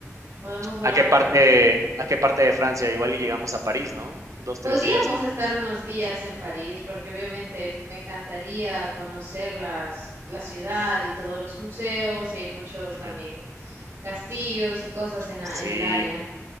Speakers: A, on the right; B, on the right.
A: podemos volar
B: ¿A qué
A: a Francia.
B: parte a qué parte de Francia? Igual y llegamos a París, ¿no? Dos
A: Podríamos
B: tres días.
A: estar unos días en París porque obviamente me encantaría conocer las, la ciudad y todos los museos y hay muchos también
B: Ujú.
A: castillos y cosas en, a-
B: Sí,
A: en el área.